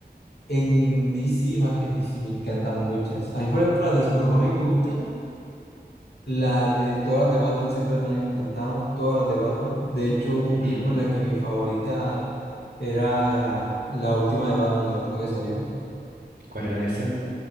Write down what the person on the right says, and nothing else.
Ujú.
¿Cuál era esa?